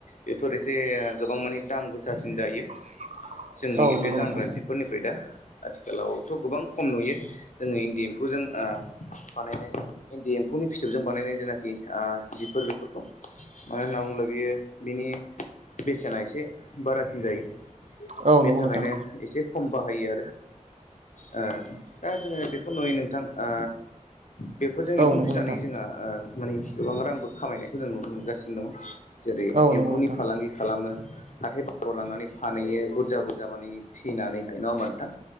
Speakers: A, on the left; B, on the right.
A: बेफोर एसे गोबां माने दाम गोसासिन जायो
B: <inaudible>
A: जोंनि बे
B: नंगौ
A: गानग्रा
B: नोंथां
A: जिफोरनिफ्राय दा आथिखालावथ गोबां खम नुयो जोङो इन्दि एम्फौजों ओ बानायनाय इन्दि एम्फौनि फिथोबजों बानायनाय जेनाखि आ जिफोर बेफोरखौ मानो होनना बुङोब्ला बियो बिनि बेसेना एसे बारासिन जायो
B: औ
A: बेनि
B: नंगौ
A: थाखायनो
B: नोंथां
A: एसे खम बाहायो आरो ओ दा जोङो बेखौ नुयो नोंथां ओ बेफोरजों
B: औ
A: एम्फौ
B: नंगौ
A: फि सिनानै
B: नोंथां
A: जोंहा मानेसे गोबां रांबो खामायनायखौ जों नुनो मोनगासिनो दं जेरै
B: औ नंगौ
A: एमफौनि
B: नोंथां
A: फालां फालांगि खालामो हाथाय बाराव लांनानै फानहैयो बुरजा बुरजा माने फिसिनानैहाय नङा होनबा नोंथां